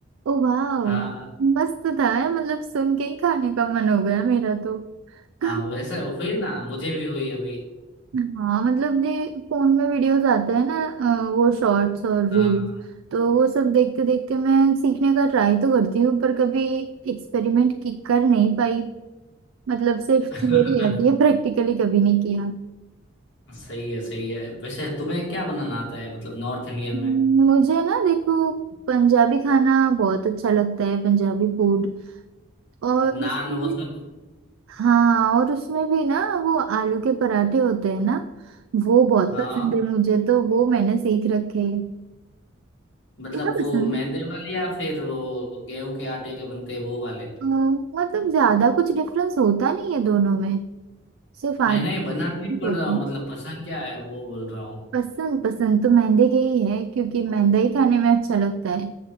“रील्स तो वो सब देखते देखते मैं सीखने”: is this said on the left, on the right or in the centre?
Right